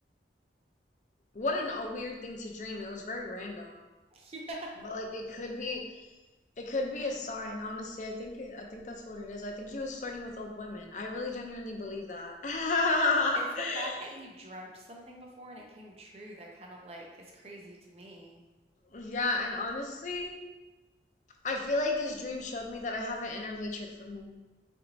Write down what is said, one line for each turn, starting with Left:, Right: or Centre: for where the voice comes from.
Left: what an, a weird thing to dream. It was very random,
Right: <laughs>
Left: but like it could be, it could be a sign. Honestly, I think it, I think that's what it is. I think he was flirting with old women. I really genuinely believe that. <laughs>
Right: It's the fact that you dreamt something before and it came true that kind of like is crazy to me.
Left: Yeah, and honestly, I feel like this dream showed me that I have an inner hatred for him.